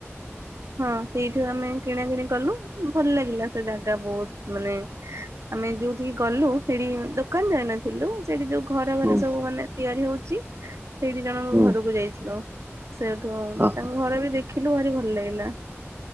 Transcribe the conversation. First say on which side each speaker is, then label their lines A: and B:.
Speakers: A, on the right; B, on the right.
A: ହଁ ସେଇଠୁ ଆମେ କିଣା କିିଣି କଲୁ ଭଲ ଲାଗିଲା ସେ ଜାଗା ବହୁତ ମାନେ ଆମେ ଯୋଉଠିକି ଗଲୁ ସେଠି ଦୋକାନ ଯାଇନଥିଲୁ ସେଠି ଯୋଉ ଘରେ
B: ହୁଁ
A: ଘରେ ସବୁ ମାନେ ତିଆରି ହଉଛି ସେଇଠି ଜଣଙ୍କ
B: ହୁଁ
A: ଘରକୁ ଯାଇଥିଲୁ ସେଠୁ
B: ଓହୋ
A: ତାଙ୍କ ଘରେ ବି ଦେଖିଲୁ, ଭାରି ଭଲ ଲାଗିଲା।